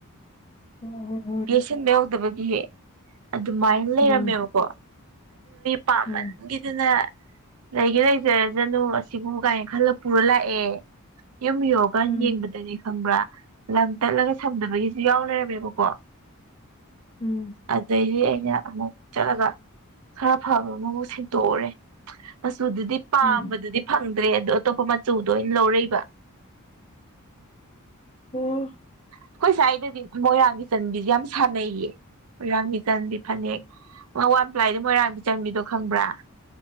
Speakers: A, on the left; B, on the right.
A: ꯍꯣꯏ ꯍꯣꯏ ꯍꯣꯏ
B: ꯌꯦꯦꯠꯁꯤꯟꯕ ꯌꯥꯎꯗꯕꯒꯤꯍ ꯑꯗꯨꯃꯥꯏꯅ ꯂꯩꯔꯝꯃꯦꯕꯀꯣ
A: ꯎꯝ
B: ꯄꯥꯃꯒꯤꯅ
A: ꯎꯝ
B: ꯂꯩꯒꯦ ꯂꯩꯖꯔꯖꯅꯨ ꯑꯁꯤꯕꯨ ꯀꯥꯏꯅ ꯈꯜꯂ ꯄꯨꯔ ꯂꯥꯛꯑꯦ ꯌꯨꯝ ꯌꯣꯒ
A: ꯎꯝ
B: ꯌꯦꯡꯕꯗꯅꯤ ꯈꯪꯕ꯭ꯔꯥ ꯂꯝ ꯇꯠꯂꯒ ꯁꯝꯗꯕꯒꯤꯁꯨ ꯌꯥꯎ ꯂꯩꯔꯝꯃꯦꯕꯀꯣ
A: ꯎꯝ
B: ꯑꯗ ꯑꯩꯅ ꯆꯠꯂꯒ ꯈꯔ ꯐꯕ ꯑꯃꯕꯨ ꯁꯦꯡꯇꯣꯛꯎꯔꯦ ꯁꯨ ꯑꯗꯨꯗꯤ ꯄꯥꯝꯕꯗꯨꯗꯤ
A: ꯎꯝ
B: ꯐꯪꯗ꯭ꯔꯦ ꯑꯣ ꯑꯇꯣꯞꯄ ꯆꯨꯗ ꯑꯣꯏꯅ ꯂꯧꯔꯛꯏꯕ
A: ꯎꯝ
B: ꯑꯩꯈꯣꯏꯁꯦꯋꯥꯗꯗꯤ ꯃꯣꯏꯔꯥꯡꯒꯤ ꯆꯟꯕꯤꯁꯦ ꯌꯥꯝ ꯁꯥꯟꯅꯩꯌꯦ ꯃꯣꯏꯔꯥꯡ ꯃꯤꯆꯟꯗꯤ ꯐꯅꯦꯛ ꯑ ꯋꯥꯟ ꯄ꯭ꯂꯥꯏꯗꯤ ꯃꯣꯏꯔꯥꯡꯒꯤ ꯆꯟꯕꯤꯗꯣ ꯈꯪꯕ꯭ꯔꯥ